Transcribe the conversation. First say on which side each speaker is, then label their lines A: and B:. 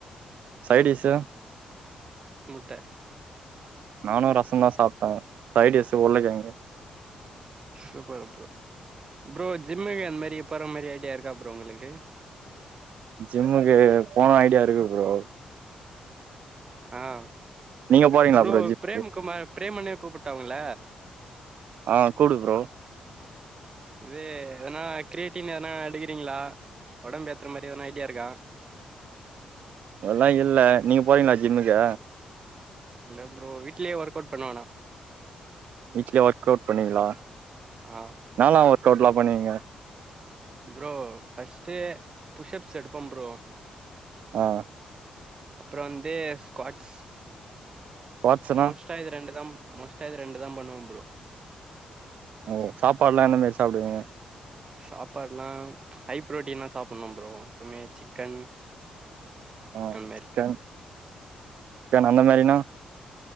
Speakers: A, on the right; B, on the right.
A: சைட் டிஷ்
B: ட்டு
A: நானும் ரசம் தான் சாப்பிட்டான் சைடஸ்ு உள்ளாகியங்கு
B: சூப்பரு ப்ரோ ப்ரோ ஜிம்முக்கு அந்த மாரி போற மாரி ஐடியா இருக்கா ப்ரோ உங்களுக்கு
A: ஜிம்முக்கு போன ஐடியா இருக்கு ப்ரோ
B: ஆஹ்
A: நீங்க போறீங்களா
B: ப்ரோ
A: ஜிம்முக்கு
B: பிரேம குமார் பிரேமனே கூப்பிட்டா உங்கள
A: ஆ கூப்டு ப்ரோ
B: இது எதனா கிரியேட்டிவ்னு எதனா எடுக்கிறீங்களா உடம்பு பேத்துற மாரி எதன ஐடியா இருக்கா
A: அதெல்லாம் இல்ல நீங்க போறீங்களா ஜிப்மாக்கு
B: இல்ல ப்ரோ வீட்லயே ஒர்க் அவுட் பண்ணுவானா
A: வீட்ல ஒர்க் அவுட் பண்ணீங்களா
B: ஆ
A: நானா ஒர்கவுட்ல பண்ணீங்க
B: ப்ரோ ஃபஸ்ட் புஷப் செடப ப்ரோ
A: ஆஹ்
B: அப்புறம் வந்து ஸ்குவாட்ஸ்
A: குவாட்ஸ்னா
B: மோஸ்ட இது இயிரண்டுதான் ப்ரோ மஸ்ட ஆ ரெண்டு தான் பண்ணுவ ப்ரோ
A: ஓ சாப்பாடு எல்லாம் என்ன மாரி சாப்பிடுவங்க
B: சாப்பாடு எல்லாம் ஹை ப்ரோட்டீனா சாப்பிடணும் ப்ரோம் எப்பவுமே சிக்கன்
A: ஆஹ்
B: அந்த மாரி
A: சிக்கன் தேனோ அந்த மாரினா